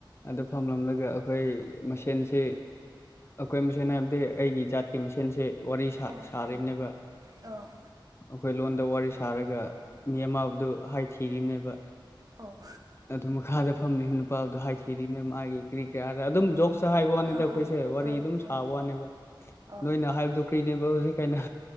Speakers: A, on the left (about 30°); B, on the right (about 45°).
A: ꯑꯗꯨ ꯐꯝꯂꯝꯂꯒ ꯑꯩꯈꯣꯏ ꯃꯁꯦꯟꯁꯤ ꯑꯩꯈꯣꯏ ꯃꯁꯦꯟ ꯍꯥꯏꯕꯗꯤ ꯑꯩꯒꯤ ꯖꯥꯠꯀꯤ ꯃꯁꯦꯟꯁꯦ ꯋꯥꯔꯤ
B: ꯑꯣ
A: ꯁꯥꯔꯤꯕꯅꯦꯕ
B: ꯑꯣ
A: ꯑꯩꯈꯣꯏ ꯂꯣꯟꯗ ꯋꯥꯔꯤ ꯁꯥꯔꯒ ꯃꯤ ꯑꯃꯕꯗꯨ ꯍꯥꯏ ꯊꯤꯔꯤꯕꯝꯅꯦꯕ
B: ꯑꯣ
A: ꯑꯗꯨ ꯃꯈꯥꯗ ꯐꯝꯂꯤ ꯅꯨꯄꯥꯗꯣ ꯍꯥꯏꯈꯤꯔꯤ ꯃꯦꯝ ꯃꯥꯒꯤ ꯀ꯭ꯔꯤ ꯀꯥꯔ ꯑꯗꯨꯝ ꯖꯣꯛ ꯑ ꯍꯥꯏꯕ ꯋꯥꯅꯤꯗ
B: ꯑꯥ
A: ꯑꯩꯈꯣꯏꯁꯦ
B: ꯑꯥ
A: ꯋꯥꯔꯤ
B: ꯑꯥ
A: ꯑꯗꯨꯝ
B: ꯑꯥ
A: ꯁꯥꯕ ꯋꯥꯅꯦꯕ
B: ꯑꯣ
A: ꯅꯣꯏꯅ ꯍꯥꯏꯕꯗꯨꯣ ꯀ꯭ꯔꯤꯅꯦꯕ ꯍꯧꯖꯤꯛ ꯀꯅ